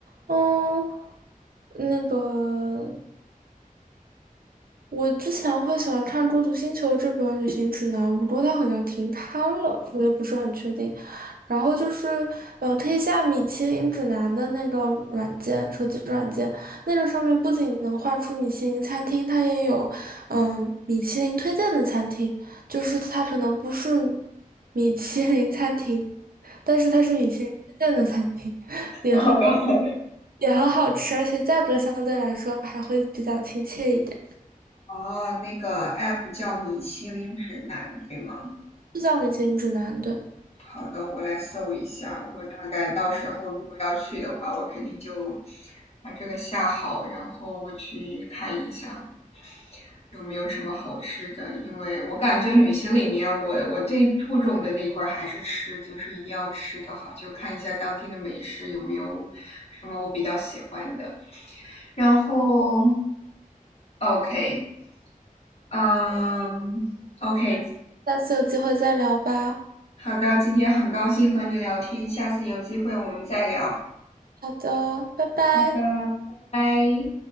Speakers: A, on the right; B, on the left.
A: 嗯，那个。我之前会喜欢看《孤独星球》这本旅行指南，不过它好像停刊了，我也不是很确定。然后就是，嗯，可以下米其林指南的那个软件，手机软件，那个上面不仅能画出米其林餐厅，它也有，嗯、米其林推荐的餐厅，就是它可能不是米其林餐厅，但是它是米其林推荐的餐厅，
B: <laughs>
A: 也很好，
B: 好的，好的，
A: 也很好吃，而且价格相对来说还会比较亲切一点。
B: 哦，那个 app 叫米其林指南，对吗？
A: 就叫米其林指南，对。
B: 好的，我来搜一下，我大概到时候如果要去的话，我肯定就把这个下好，然后我去看一下。有没有什么好吃的？因为我感觉旅行里面我，我最注重的那一块儿还是吃，就是一定要吃的好，就看一下当地的美食有没有什么我比较喜欢的。然后，OK，嗯，OK，
A: 下次有机会再聊吧。
B: 好的，今天很高兴和你聊天，下次有机会我们再聊，
A: 好的，拜拜。
B: 拜拜。